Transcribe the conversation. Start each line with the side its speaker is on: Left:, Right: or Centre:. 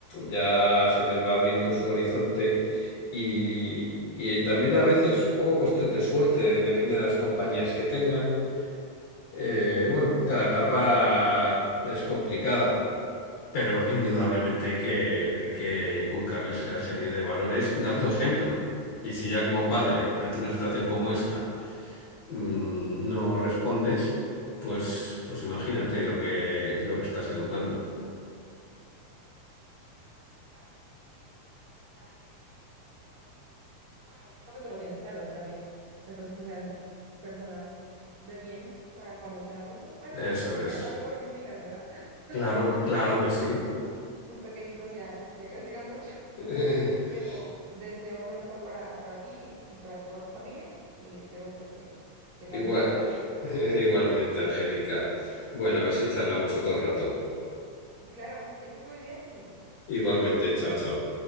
Left: ya se les va abriendo su horizonte y, y también a veces es un poco cuestión de suerte, de- depende de las compañías que tengan. Eh, bueno, cada etapa es complicada, pero indudablemente hay que, hay que inculcarles esa serie de valores dando ejemplo. Y si ya como padre, ante una situación como esta, mm, no respondes, pues, pues imagínate lo que, lo que estás educando.
Right: pues, pues nada, eh, ojalá que nuestros hijos, bueno, yo creo que tú lo tienes claro, yo también, nuestros hijos sean personas de bien para cuando sean adultos. Bueno,
Left: Eso
Right: es-
Left: es.
Right: eh, hablo por mis hijas, ¿verdad? <laughs>
Left: Claro, claro
Right: Tus,
Left: que sí.
Right: tus pequeñitos ya, ya crecieron mucho,
Left: <laughs>
Right: <laughs> pero deseo lo mejor para, para ti y, y para toda tu familia y espero pues que, que
Left: Igual,
Right: también para la mía.
Left: <laughs> igualmente, Angélica. Bueno, a ver si charlamos otro rato.
Right: <laughs> Claro, que estés muy bien, Luis.
Left: Igualmente, chao, chao.